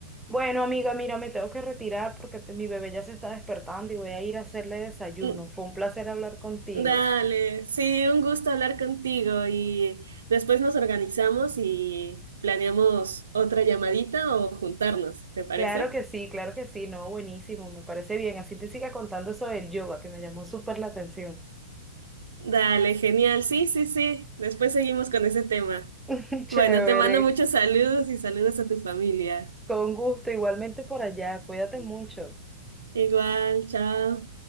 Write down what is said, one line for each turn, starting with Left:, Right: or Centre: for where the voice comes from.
Centre: Bueno, amiga, mira, me tengo que retirar porque te- mi bebé ya se está despertando y voy a ir a hacerle desayuno.
Right: Mm,
Centre: Fue un placer hablar contigo.
Right: Dale, sí, un gusto hablar contigo y después nos organizamos y planeamos otra llamadita o juntarnos, ¿te parece?
Centre: Claro que sí, claro que sí, no, buenísimo, me parece bien. Así te siga contando eso del yoga, que me llamó súper la atención.
Right: Dale, genial, sí, sí, sí, después seguimos con ese tema.
Centre: <laughs> Chévere,
Right: Bueno, te mando muchos saludos y saludos a tu familia.
Centre: con gusto, igualmente por allá, cuídate mucho.
Right: Igual, chao.